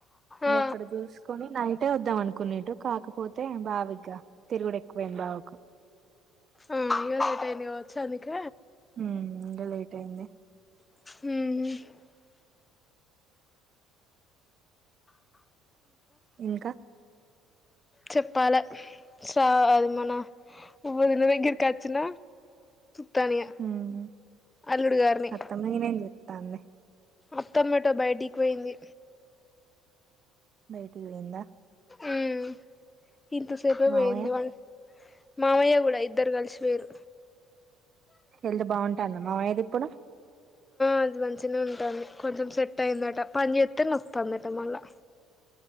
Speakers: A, on the left; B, on the right.
A: ఆ
B: అక్కడ చూసుకొని నైట్ ఒకట్టే వద్దాం అనుకునేట్టు కాకపోతే బావిగ్గా తిరుగు ఎక్కువైంది బావకు
A: ఆ ఇ ఒక టైని వచ్చా అందుకు
B: హ ఇకా లేైట్ అయింది
A: హ
B: ఇంకా
A: చెప్పాల చ అది మన ఒవబ దిన వెకారుకాచ్చిన తనియా
B: హ్మ్
A: అల్లుడు కారని
B: అత్తమ్మ గిన ఏం చెత్తాంది
A: అప్తమాటా బయటికిపోయింది
B: బయటికి పోయిందా
A: మ్మ్ ఇంతసేపే
B: మావయ్య
A: పోయింది వాళ్ళు మామయ్య కూడా ఇద్దరు కలిసి వేరు
B: తెల్దు బాగుంటాందమ్ మామయది ఇప్పుడు
A: మంచి మంచినే ఉంటుంది కొంచెం సెట్ అయి్యందట పని చేస్తతే న వస్తుందట మళ్ళా